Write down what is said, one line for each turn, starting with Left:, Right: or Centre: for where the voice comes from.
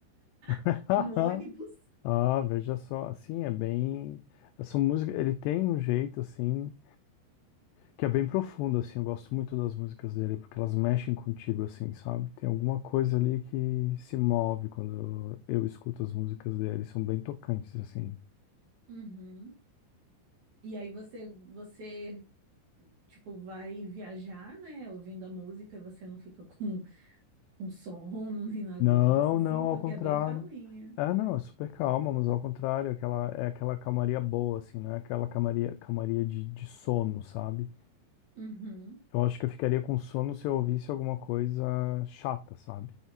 Left: <laughs>
Right: <laughs> no ônibus.
Left: Ah, veja só, assim, é bem. Essa música, ele tem um jeito assim. que é bem profundo, assim. Eu gosto muito das músicas dele, porque elas mexem contigo, assim, sabe? Tem alguma coisa ali que se move quando eu escuto as músicas dele. São bem tocantes, assim.
Right: Uhum. E aí você, você tipo, vai viajar, né, ouvindo a música e você não fica com, <laughs> com sono nem nada
Left: Não,
Right: disso, assim,
Left: não,
Right: porque
Left: ao contrário.
Right: é bem calminha.
Left: É, não, é super calma, mas ao contrário, é aquela, é aquela calmaria boa, assim, não é aquela calmaria, calmaria de, de sono, sabe?
Right: Uhum,
Left: Eu acho que eu ficaria com sono se eu ouvisse alguma coisa chata, sabe?